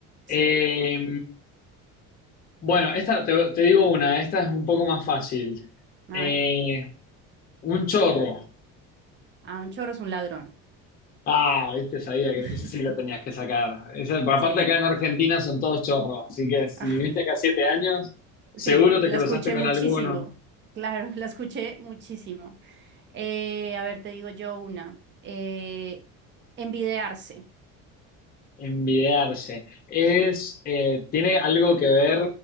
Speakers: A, on the right; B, on the left.
A: Sí,
B: Eh, bueno, esta te, te digo una, esta es un poco más fácil.
A: a
B: Eh,
A: ver,
B: un chorro.
A: a un chorro es un ladrón.
B: Ah, viste, sabía que
A: <laughs>
B: ese sí lo tenías que sacar. Ese- por aparte
A: Sí,
B: acá en Argentina son todos chorros, así que si
A: <laughs>
B: viviste acá siete años, seguro
A: sí, la
B: te cruzaste
A: escuché
B: con
A: muchísimo.
B: alguno.
A: Claro, la escuché muchísimo. Eh, a ver, te digo yo una. Eh, envidiarse.
B: Envidiarse. Es, eh, tiene algo que ver